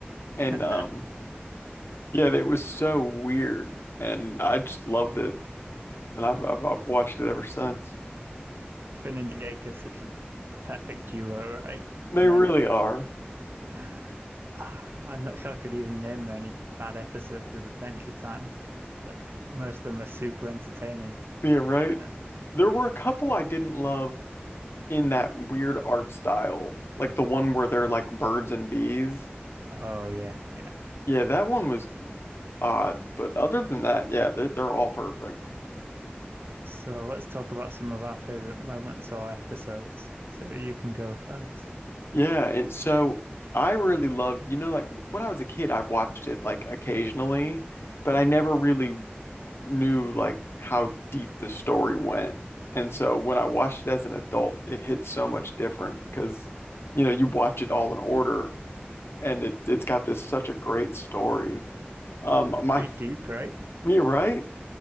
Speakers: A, on the left; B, on the right.
A: And
B: <laughs>
A: um, yeah, it was so weird, and I just loved it, and I've, I've I've watched it ever since.
B: Finn and Jake are such a, a perfect duo, right?
A: They
B: And
A: really
B: then
A: are.
B: <sighs> ah, I'm not sure I could even name any bad episodes of Adventure Time. Like most of them are super entertaining.
A: Yeah, right.
B: Uh,
A: There were a couple I didn't love in that weird art style, like the one where they're like birds and bees.
B: oh yeah, yeah.
A: Yeah, that one was odd, but other than that, yeah, they're they're all perfect.
B: So let's talk about some of our favorite moments or episodes. So you can go first.
A: Yeah, and so I really loved, you know, like when I was a kid, I watched it like occasionally, but I never really knew like how deep the story went. And so when I watched it as an adult, it hit so much different because you know, you watch it all in order and it it's got this such a great story. Um
B: It's
A: my
B: pretty deep, right?
A: you're right.